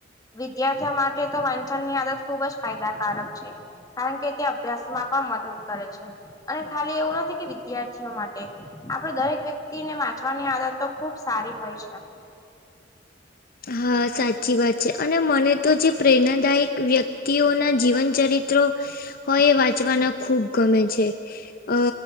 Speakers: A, on the left; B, on the left.
A: વિદ્યાર્થીઓ માટે તો વાંચન ની આદત ખુબ જ ફાયદાકારક છે કારણ કે તે અભ્યાસમાં પણ મદદ કરે છે અને ખાલી એવું નથી કે વિદ્યાર્થીઓ માટે આપડે દરેક વ્યક્તિને વાંચવાની આદત તો ખુબ સારી હોય છે.
B: હા સાચી વાત છે અને મને તો જે પ્રેરણાદાયક વ્યક્તિઓના જીવનચરિત્રો હ એ વાંચવાના ખૂબ ગમે છે અ